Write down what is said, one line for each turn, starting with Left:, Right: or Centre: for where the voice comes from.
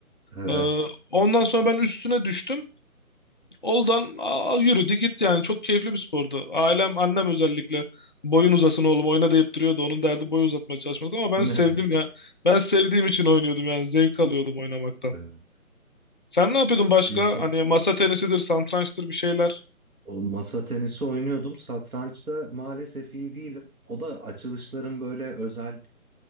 Right: Evet.
Left: Ee, ondan sonra ben üstüne düştüm. Oldan a- yürüdü gitti yani çok keyifli bir spordu. Ailem annem özellikle boyun uzasın oğlum oyna deyip duruyordu. Onun derdi boyu uzatmaya çalışmaktı ama
Right: <laughs>
Left: ben sevdim ya. Ben sevdiğim için oynuyordum yani zevk alıyordum oynamaktan.
Right: Evet.
Left: Sen ne yapıyordun başka?
Right: Bizde
Left: Hani masa tenisidir, satrançtır bir şeyler.
Right: O masa tenisi oynuyordum. Satrançta maalesef iyi değilim. O da açılışların böyle özel